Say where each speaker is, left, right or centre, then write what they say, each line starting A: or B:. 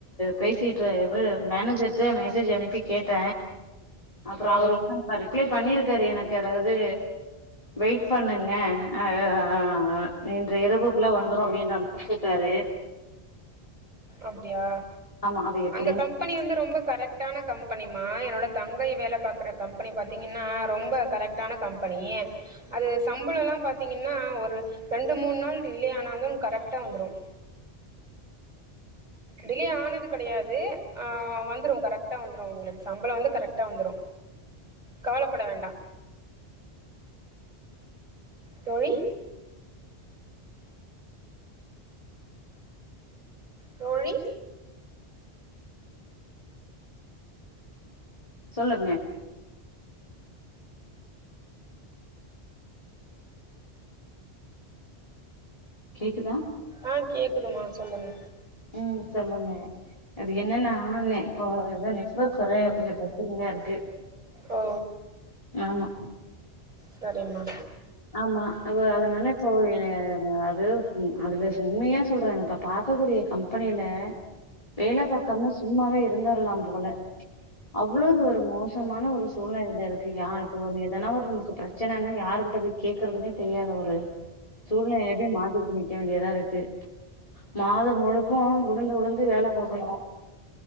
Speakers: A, on the left; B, on the right.
A: பேசிட்டு இவரு மேனேஜர்ட்ட மெசேஜ் அனுப்பி கேட்ட, அப்பறோ
B: ஆ
A: அவரு என்னன்னா ரிப்ளை பண்ணிருக்காரு எனக்கு அதாவது வெயிட் பண்ணுங்க அ அ அ இரவுக்குள்ள வந்துரு அப்டின்ற மாரி சொல்ட்டாரு
B: அப்டியா
A: ஆமா அது எப்டின்னு
B: அந்த கம்பெனி வந்து ரொம்ப கரெக்டான கம்பெனிமா என்னோட தங்கை வேல பாக்குற கம்பெனி பாத்தீங்கன்னா ரொம்ப கரெக்டான கம்பெனி அது சம்பளம்லா பாத்தீங்கனா ஒரு ரெண்டு மூணு நாள் டிலே ஆனாலு கரெக்டா வந்துரும் டிலே ஆனது கடையாது அ வந்துரு, கரெக்டா வந்துரு உங்களுக்கு சம்பளம் வந்து கரெக்டா வந்துரு கவலைப்பட வேண்டா. தோழி தோழி
A: சொல்லுங்க கேக்குதா
B: ஆ கேக்குதுமா, சொல்லுங்க
A: ம் சொல்லுங்க, அது என்னன்னா நெ இப்போ ஏதோ நெட்வொர்க் வேற கொஞ்சோ பிரச்சனையா இருக்கு,
B: ஓ
A: ஆமா
B: சரிம்மா
A: ஆமா அது அதனால இப்போ எ அது அதுல உண்மையா சொல்றாங்க இப்ப பாக்கக்கூடிய கம்பெனில வேல பக்காம சும்மாவே இருந்துரலா போல அவ்லாது ஒரு மோசமான ஒரு சூழ்நிலையில இருக்கு யா இப்ப ஒரு எதனா ஒரு நமக்கு ப்ரச்சனைனா யாருகிட்ட போய் கேக்குறதுனே தெரியாத ஒரு சூழ்நிலையில போய் மாட்டிட்டு நிக்க வேண்டியதா இருக்கு மாதம் முழுக்கும் உளுந்து உளுந்து வேல பாக்க்குறோ